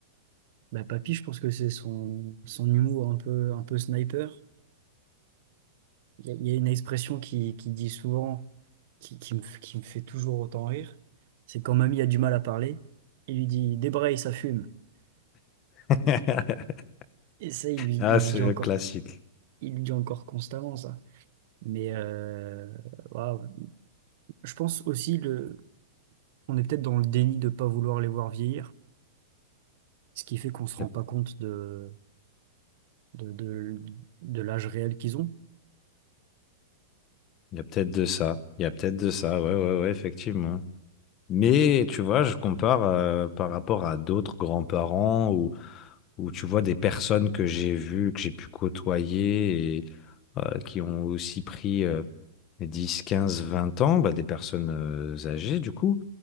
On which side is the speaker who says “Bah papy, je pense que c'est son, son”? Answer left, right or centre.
Right